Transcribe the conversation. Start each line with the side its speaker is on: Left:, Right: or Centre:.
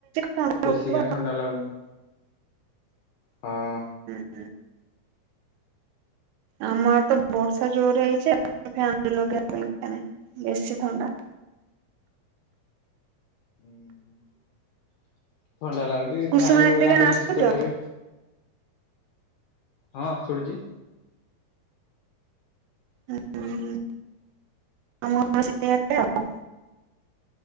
Right: ଥଣ୍ଡା ହଉଥିବ।
Left: ବେଶି କାଇଁ ଥଣ୍ଡା ଲାଗୁନି ହଁ
Right: ହଁ ଆମ ଆଡ଼େ ତ ବର୍ଷା ଜୋରରେ ହେଇଛି <unintelligible> ଫ୍ୟାନ ବି ଲଗେଇବା ଦରକାର ନାହିଁ ବେଶି ଥଣ୍ଡା
Left: ହୁଁ ଥଣ୍ଡା ଲାଗୁଛି
Right: କୁସୁମା
Left: ଫ୍ୟାନ୍
Right: ହେରିକା
Left: ଲଗେଇଲେ ଆହୁରି
Right: ନାଁ ଶୁଣିଛ?
Left: ଶୀତ ଲାଗିବ ହଁ ଶୁଣୁଚି।
Right: ଉଁ ଆମ ଘର ସେଆଡେ ଆଉ।